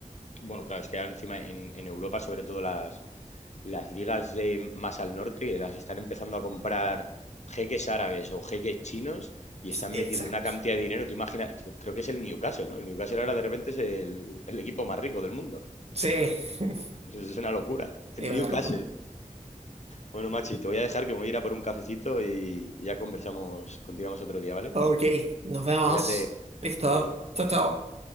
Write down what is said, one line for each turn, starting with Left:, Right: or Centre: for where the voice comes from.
Left: bueno, claro, es que ahora encima en, en Europa, sobre todo las, las ligas de más al norte, las están empezando a comprar jeques árabes o jeques chinos y
Right: Sí,
Left: están
Right: exacto.
Left: metiendo una cantidad de dinero. Te imaginas, que- creo que es el Newcastle, ¿no? El Newcastle ahora de repente es el, el equipo más rico del mundo.
Right: Sí, <laughs>
Left: Es una locura.
Right: es
Left: El
Right: una
Left: Newcastle.
Right: locura.
Left: Bueno, Maxi, te voy a dejar que me voy a ir a por un cafecito y y ya conversamos, continuamos otro día, ¿vale?
Right: Ok, nos vemos.
Left: Cuídate,
Right: Listo.
Left: hasta luego.
Right: Chao, chao.